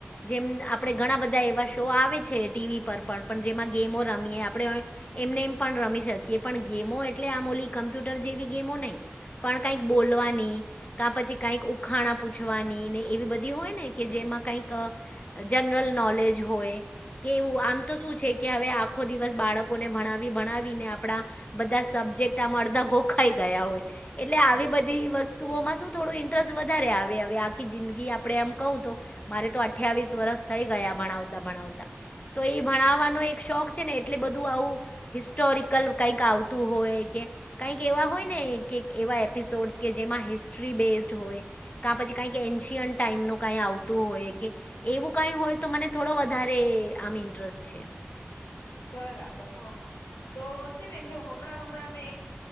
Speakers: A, on the left; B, on the left.
A: જેમ આપણે ઘણા બધા એવા શો આવે છે ટીવી પર પણ પણ જેમાં ગેમો રમીએ આપણે. એમને એમ પણ રમી શકીએ પણ ગેમો એટલે આમોલી કમ્પ્યુટર જેવી ગેમો નહીં. પણ કંઈક બોલવાની. કા પછી કઈક ઉખાણા પૂછવાની ને એવી બધી હોય ને કે જેમાં કઈક જનરલ નોલેજ હોય‌. કે એવું આમ તો શું છે કે, હવે આખો દિવસ બાળકોને ભણાવી ભણાવીને આપણા બધા સબ્જેક્ટ આમ અડધા ગોખાઈ ગયા હોય. એટલે આવી બધી વસ્તુઓમાં શું થોડું ઇન્ટરસ વધારે આવે હવે આખી જિંદગી આપડે એમ કઉ તો મારે તો અઠ્યાવીસ વરષ થઈ ગયા ભણાવતા ભણાવતા. તો એ ભણાવાનો એક શોખ છે ને એટલે બધું આવું હિસ્ટોરિકલ કાઈક આવુ તુ હોય કે કાઈક એવા હોય ને કે એવા એપિસોડસ કે જેમાં હિસ્ટ્રી બેઝડ હોય, કા પછી કાઈક એન્શિયન્ટ ટાઈમનું કાઈ આવતું હોય કે‌. એવું કાઈ હોય તો મને થોડો વધારે આમ ઇન્ટરસ છે.
B: બરાબર, હ, હ, તો છે ને જો હમણાં હમણાં મેં એક